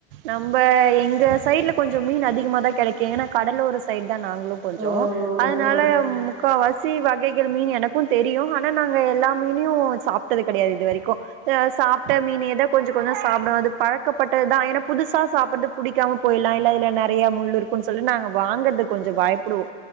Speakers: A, on the right; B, on the right.
A: நம்ப எங் க சைட்ல கொஞ்சோ மீன் அதிகமாதா கெடைக்கு ஏனா கடலோர ஸ் சைட் தா நாங்ளு கொஞ்சோ
B: ஆ
A: அதனால
B: ஆ ஆ
A: முக்காவாசி வகைகள் மீன் எனக்கு தெரியு ஆனா நாங்க எல்லா மீனையூ சாப்ட்டது கெடையாது இது வரைக்கு அ சாப்ட்ட மீனயே தா கொஞ்சம் கொஞ்சம் சாப்டுவே அது பழக்கப்பட்டது தா ஏனா புதுசா சாப்புட்து புடிக்காம போயிடலா இல்ல இதுல நெறயா முள் இருக்குன்னு சொல்லி நாங்க வாங்குறது கொஞ்ச பயப்புடுவோ